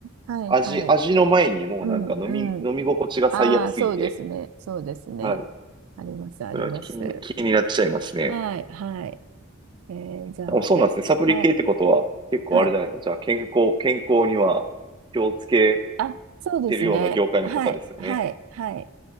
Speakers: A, on the right (about 85°); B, on the right (about 20°).
A: はい、
B: 味、
A: はい。
B: 味の前にもうなんか飲み、
A: うんうん。
B: 飲み心地が最悪すぎて、
A: ああ、そうですね。そうですね。
B: はい。
A: あります、あります。
B: それは気に、気になっちゃいますね。
A: はい、はい。えーじゃあ、
B: あそうなんですね。
A: え、
B: サプリ系ってことは結構あれじゃないですか。
A: はい、はい。
B: じゃあ健康、健康には気をつけ
A: あ、そうですね。
B: てるような業界の方ですよね。
A: はい、はい、はい。